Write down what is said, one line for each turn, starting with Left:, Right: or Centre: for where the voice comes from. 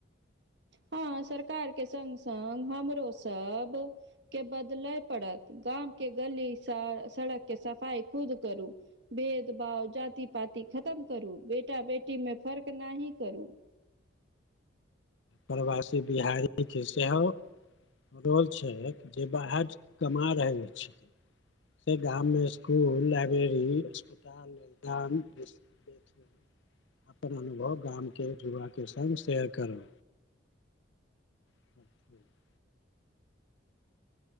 Right: हँ सरकार के संग संग हमरो सब के बदलय पड़त गाम के गली सर सड़क के सफाई खुद करू भेद- भाव, जाति पाति खतम करू, बेटा बेटी में फर्क नाही करू
Left: प्रवासी बिहारी के सेहो रोल छैत जे बाहर कमा रहल छथि से गाम में स्कुल, लाइब्रेरी, अस्पताल, मैदान इ सब लेल अपन अनुभव गामके युवाके संग शेयर करू। <unintelligible>